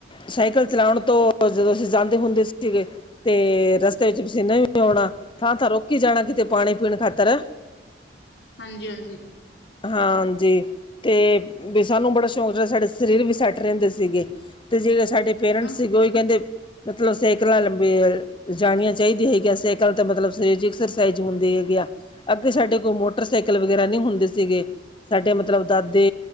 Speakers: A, on the left (about 25°); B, on the left (about 65°).
A: ਸਾਈਕਲ ਚਲਾਣ ਤੋਂ ਜਦੋਂ ਅਸੀਂ ਜਾਂਦੇ ਹੁੰਦੇ ਸੀਗੇ ਤੇ ਰਸਤੇ ਵਿੱਚ ਪਸੀਨੇ ਨੇ ਵੀ ਆਉਣਾ ਥਾਂ- ਥਾਂ ਰੋਕੀ ਜਾਣਾ ਕਿਤੇ ਪਾਣੀ- ਪੀਣ ਖਾਤਰ
B: ਹਾਂਜੀ, ਹਾਂਜੀ।
A: ਹਾਂਜੀ। ਤੇ ਵੀ ਸਾਨੂੰ ਬੜਾ ਸ਼ੌਂਕ ਜਿਹੜਾ ਸਾਡੇ ਸਰੀਰ ਵੀ ਸੈੱਟ ਰਹਿੰਦੇ ਸੀਗੇ। ਅਤੇ ਜੇ ਸਾਡੇ ਪੇਰੈਂਟਸ
B: ਹਾਂ
A: ਸੀਗੇ ਉਹੀ ਕਹਿੰਦੇ, ਮਤਲਬ ਸਾਈਕਲਾਂ ਲੰਬੀਆਂ ਜਾਣੀਆਂ ਚਾਹੀਦੀ ਹੈਗੀਆ, ਸਾਈਕਲ ਤਾਂ ਮਤਲਬ ਸਰੀਰਕ ਐਕਸਰਸਾਈਜ਼ ਹੁੰਦੀ ਹੈਗੀ ਆ, ਅੱਗੇ ਸਾਡੇ ਕੋਲ ਮੋਟਰਸਾਈਕਲ ਵਗੈਰਾ ਨਹੀਂ ਹੁੰਦੇ ਸੀਗੇ। ਸਾਡੇ ਮਤਲਬ ਦਾਦੇ